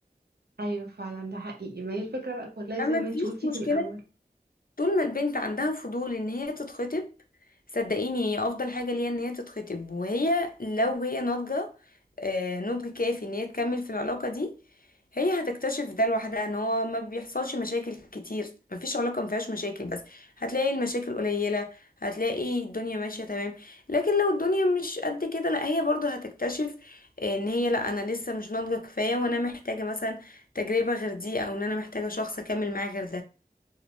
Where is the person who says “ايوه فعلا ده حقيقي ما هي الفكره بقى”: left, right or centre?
Right